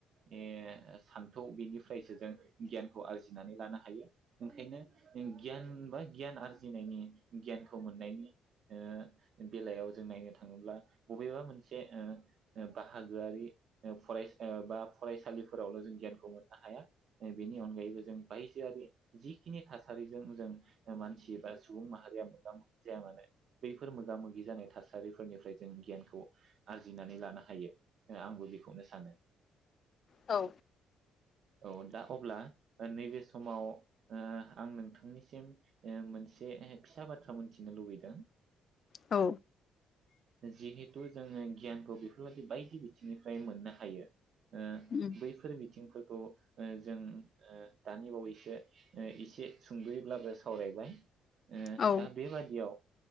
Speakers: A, on the right; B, on the left.
A: ओ सान्थौ बेनिफ्रायसो जों गियानखौ आरजि लानो हायो ओंखायनो गियान बा गियान आरजिनायनि गियानखौ मोननायनि ओ बेलायाव जों नायनो थाङोब्ला बबेबा मोनसे ओ ओ बाहागोआरि ओ फरायसा बा फरायसालिफोरावल जों गियानखौ मोननो हाया बेनि अनगायैबो जों बायजोआरि जिखिनि थासारिजों जों ओ मानसि बा जु सुबुं माहारिया मोगा मोगि जाया मानो बैफोर मोगा मोगि जानाय थासारिफोरनिफ्राय जों गियानखौ आरजिनानै लानो हायो ओ आंबो बेखौनो सानो
B: औ
A: औ दा अब्ला नैबे समाव ओ आं ओ नोंथांनिसिम ओ मोनसे ए-ए फिसा बाथ्रा मोनथिनो लुबैदों
B: औ
A: जिहेथु जोङो गियानखौ बेफोरबायदि बायदि बिथिंनिफ्राय मोननो हायो ओ
B: उम
A: बैफोर बिथिंफोरखौ ओ जों ओ दानि बावैसो ओ एसे सुंदयैब्लाबो सावरायबाय ओ
B: औ
A: दा बेबादियाव ओ